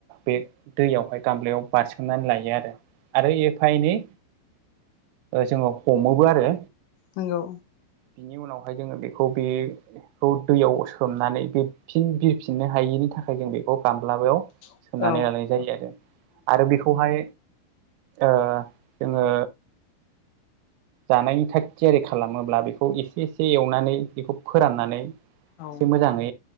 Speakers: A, on the right; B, on the left.
A: बे दैयावहाय गामलायाव बारसोमनानै लायो आरो। आरो एफा एनै जोङो हमोबो आरो।
B: नोंगौ
A: बिनि उनावहाय जोङो बेखौ बे बेखौ दैयाव सोमनानै फिन बिरफिननो हायिनि थाखाय जों बे खौ गाम्लायाव
B: नंगौ
A: सोनानै लानाय जायो आरो आरो बेखौहाय ओ जोंङो जानायनि थाग थियारि खालामोब्ला बेखौ एसे एसे एवनानै बेखौ फोराननानै
B: औ
A: एसे मोजाङै